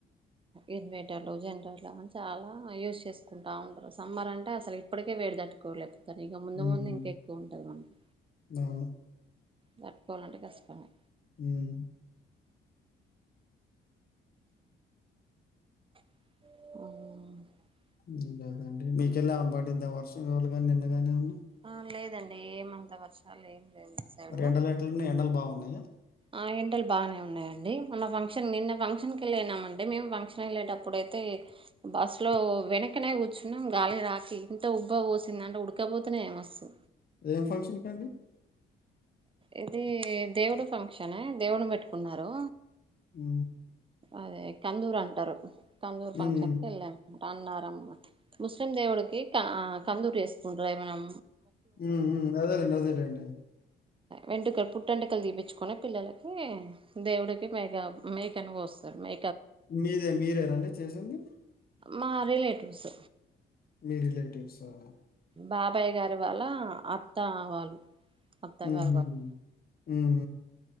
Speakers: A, on the right; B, on the left.
A: ఇన్వేటర్లు జనరేటర్లు అవన్నీ చాలా యూజ్ చేసుకుంటూ ఉంటారు సమ్మర్ అంటే అసలు ఇప్పటికే వేడి తట్టుకోలేదు సర ఇక ముందు
B: హ్మ్.
A: ముందు ఇంకా ఎక్కువ ఉంటుంది మనకి
B: అవును.
A: దాటుకోవాలంటే కష్టమే
B: మ్మ్
A: ఆహ్
B: మ్మ్ గదండి మీకెల్లా బడిందా వర్షం ఇవాళ గాని నిన్నగాని ఏవన్నా
A: ఆ లేదండి ఏమంత వర్షాలు ఏం లేవు ఇటు సైడు
B: మరి ఎండలు ఎట్లు ఉన్నాయి ఎండలు బాగున్నాయా
A: ఆ ఎండల్ బానే ఉన్నాయండి. మోన్న ఫంక్షన్ నిన్న ఫంక్షన్ కి వెళ్ళనామంటే మేము ఫంక్షన్ ఎళ్ళేటప్పుడైతే బస్సు లో వెనక్కనే కూర్చున్నాం గాలి రాకి ఇంత ఉబ్బ పోసింది అంటే ఉడకబోతనే మస్తు
B: ఏం ఫంక్షన్ కండి
A: ఇదీ దేవుడు ఫంక్షన్ ఎ దేవున్నీ పెట్టుకున్నారు.
B: ఊ
A: అదే కందూర్ అంటారు. కందూర్ ఫంక్షన్
B: హ్మ్.
A: కెల్లా అన్మాట అన్నవ ముస్లిం దేవుడుకి క కందూరి వేసుకుంట మనం
B: ఉం అదేలేండి అదేలేండి
A: వెంటుకలు పుట్టెంటకలు తీపించుకొని పిల్లలకి దేవుడికి మేగ మేకను కోస్ స్తారు మే
B: మీదే మీరేనా అండి చేసింది
A: మా రిలేటివ్స్
B: మీ రిలే టివ్స్ ఆ
A: బాబాయ్ గారి వాళ్ళ అత్తా వాళ్ళు. అత్తగారు
B: ఆహ
A: వాళ్ళు
B: ఆహ